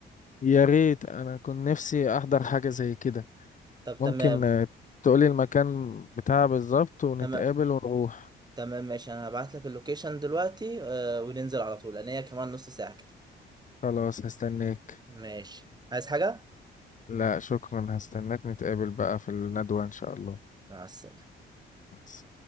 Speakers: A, on the left; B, on the right.
A: يا ريت انا كنت نفسي احضر حاجة زي كده
B: طب
A: ممكن
B: تمام
A: آه، تقولي المكان بتاعها بالظبط ونتقابل
B: تمام
A: ونروح
B: تمام ماشي انا هبعت لك اللوكيشن دلوقتي آه، وننزل على طول لان هي كمان نص ساعة كده
A: خلاص هستناك
B: ماشي عايز حاجة
A: لا شكرا هستناك نتقابل بقى في الندوة إن شاء الله
B: مع السلامة
A: بس.